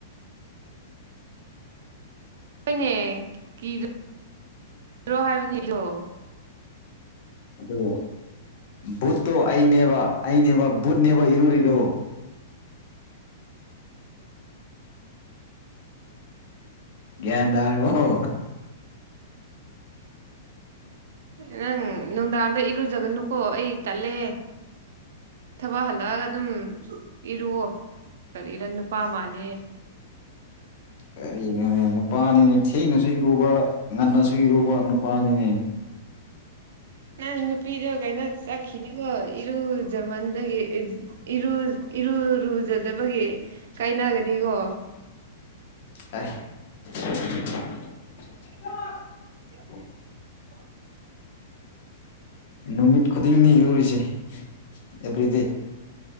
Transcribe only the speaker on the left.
ꯑꯗꯣ ꯕꯨꯠꯇꯣ ꯑꯩꯅꯦꯕ ꯑꯩꯅꯦꯕ ꯕꯨꯠꯅꯦꯕ ꯏꯔꯨꯔꯤꯗꯣ ꯭ꯒꯌꯥꯟꯗꯥꯔꯕꯣ
ꯀꯔꯤꯅꯣꯅꯦ ꯅꯨꯄꯥꯅꯤꯅꯦ ꯊꯦꯡꯅꯁꯨ ꯏꯔꯨꯕ ꯉꯟꯅꯁꯨꯨ ꯏꯔꯨꯕ ꯅꯨꯄꯥꯅꯤꯅꯦ
ꯑ
ꯅꯨꯃꯤꯠ ꯈꯨꯗꯤꯡꯅꯤ ꯏꯔꯨꯔꯤꯁꯦ ꯑꯦꯚ꯭ꯔꯤꯗꯦ